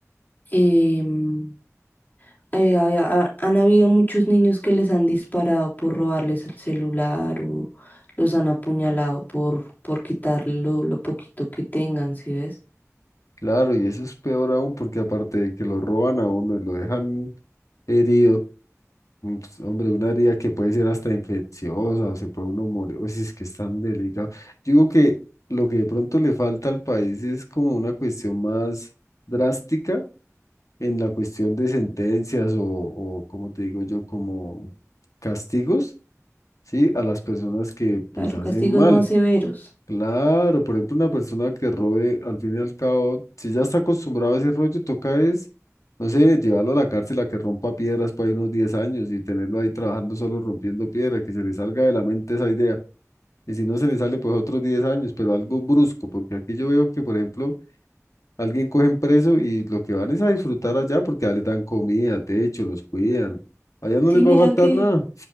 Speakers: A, on the left (about 35°); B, on the left (about 75°).
A: em, eh, ha- ha- han habido muchos niños que les han disparado por robarles el celular o los han apuñalado por, por quitarle lo, lo poquito que tengan, ¿sí ves?
B: claro, y eso es peor aún porque aparte de que lo roban a uno y lo dejan herido, Mm, pues, Hombre, un área que puede ser hasta infecciosa, o se puede uno morir, o si es que es tan delicado. Yo digo que lo que de pronto le falta al país es como una cuestión más drástica en la cuestión de sentencias o, o como te digo yo, como castigos, ¿sí? A las personas que pues
A: Claro,
B: hacen
A: castigos
B: mal.
A: más severos.
B: Claro, por ejemplo, una persona que robe, al fin y al cabo, si ya está acostumbrado a ese rollo, toca es, no sé, llevarlo a la cárcel a que rompa piedras para unos 10 años y tenerlo ahí trabajando solo rompiendo piedra, que se le salga de la mente esa idea. Y si no se le sale, pues otros 10 años, pero algo brusco, porque aquí yo veo que, por ejemplo, alguien cogen preso y lo que van es a disfrutar allá porque ya les dan comida, techo, los cuidan. Allá no
A: Sí,
B: les
A: mira
B: va a faltar
A: que,
B: nada.